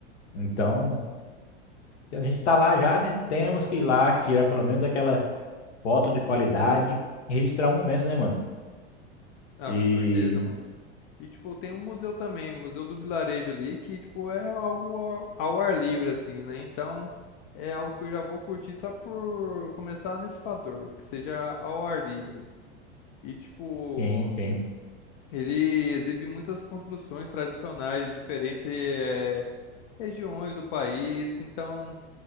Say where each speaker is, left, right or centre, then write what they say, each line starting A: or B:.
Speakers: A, on the left; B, on the left.
A: Então, a gente está lá já, né? Temos que ir lá tirar pelo menos aquela foto de qualidade e registrar o momento, né, mano?
B: Ah,
A: E
B: com certeza, mano. E, tipo, tem um museu também, o Museu do Vilarejo ali, que, tipo, é algo ao, ao ar livre, assim, né? Então, é algo que eu já vou curtir só por começar nesse fator, que seja ao ar livre. E, tipo,
A: sim, sim.
B: ele exibe muitas construções tradicionais de diferentes eh, regiões do país, então...